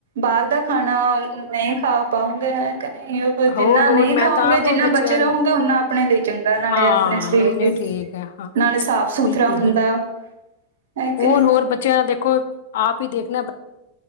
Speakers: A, on the right (about 80°); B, on the left (about 75°).
A: ਬਾਹਰ ਦਾ ਖਾਣਾ ਨਹੀਂ ਖਾ ਪਾਉਂਗੇ ਹੈਂ ਕਿ ਨਹੀਂ ਉਹ ਜਿੰਨਾ
B: ਹੋਰ ਹੋਰ
A: ਨਹੀਂ ਖਾਓਗੇ
B: ਮੈਂ ਤਾਂ ਆਪ
A: ਜਿੰਨਾ
B: ਬੱਚਿਆਂ
A: ਬਚੇ ਰਹੋਂਗੇ
B: ਨੂੰ
A: ਉਨਾਂ ਆਪਣੇ ਲਈ ਚੰਗਾ ਨਾਲ਼ੇ
B: ਹਾਂ
A: ਸਰੀਰ
B: ਨਹੀਂ ਨਹੀਂ
A: ਲਈ
B: ਠੀਕ ਹੈ ਹਾਂ
A: ਨਾਲ਼ੇ ਸਾਫ਼ ਸੁਥਰਾ
B: ਬਿਲਕੁਲ
A: ਹੁੰਦਾ
B: ਬਿਲਕੁਲ
A: ਹੈ ਕਿ
B: ਹੋਰ
A: ਨਹੀਂ
B: ਹੋਰ ਬੱਚਿਆਂ ਦਾ ਦੇਖੋਂ ਆਪ ਈ ਦੇਖਣਾ